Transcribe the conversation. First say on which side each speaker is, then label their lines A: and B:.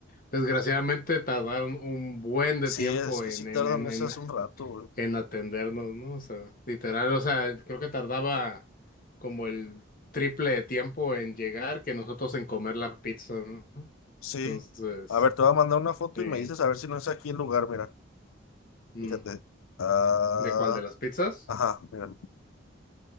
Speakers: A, on the left; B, on the left.
A: desgraciadamente tardaron un buen de
B: Sí,
A: tiempo
B: es que
A: en,
B: sí tardan
A: en, en,
B: esas
A: en,
B: un rato, güey.
A: en atendernos, ¿no? O sea, literal, o sea, creo que tardaba como el triple de tiempo en llegar que nosotros en comer la pizza, ¿no?
B: Sí.
A: Entonces,
B: A ver, te voy a mandar una foto
A: eh,
B: y me dices a ver si no es aquí el lugar, mira.
A: mm,
B: Fíjate. Ah,
A: ¿de cuál de las pizzas?
B: ajá, mira.